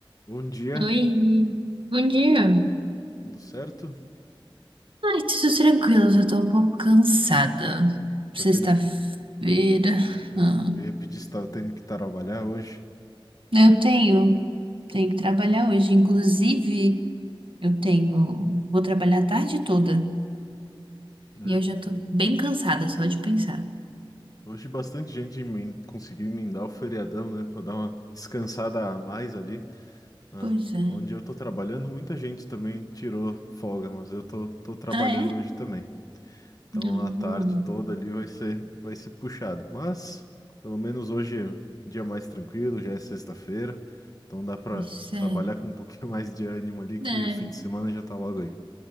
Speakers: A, on the left; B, on the right.
A: Bom dia,
B: Oi, bom dia.
A: tudo certo?
B: Ai, tudo tranquilo, já tô um pouco cansada. Sexta-feira.
A: Tá tendo que. é,
B: Ah,
A: eu ia pedir se tava tendo que trabalhar hoje.
B: eu tenho, tenho que trabalhar
A: Ah,
B: hoje. Inclusive, eu tenho, vou trabalhar a tarde toda.
A: é.
B: E eu já tô bem cansada só de pensar.
A: Hoje bastante gente emen- conseguiu emendar o feriadão, né? Pra dar uma descansada a mais ali. Ah,
B: Pois é.
A: onde eu tô trabalhando, muita gente também tirou folga, mas eu tô, tô trabalhando
B: Ah, é?
A: hoje também. Então
B: Não,
A: a tarde
B: não.
A: toda ali vai ser, vai ser puxado. Mas pelo menos hoje é um dia mais tranquilo, já é sexta-feira. Então dá pra
B: Pois é.
A: trabalhar com um pouquinho <laughs> mais de ânimo ali, que
B: É.
A: o fim de semana já tá logo aí.